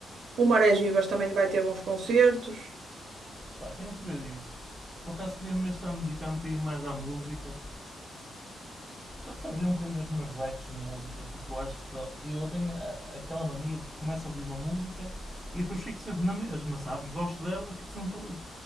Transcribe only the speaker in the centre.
Pá, tenho que ver isso. Por acaso queria mesmo estar a dedicar um bocadinho mais à música. Pode abrir um bocadinho os meus leques de música, porque eu acho que tô- eu tenho a- aquela mania de que começo a ouvir uma música e depois fico sempre na mesma, sabes? Gosto dela e fico sempre ali.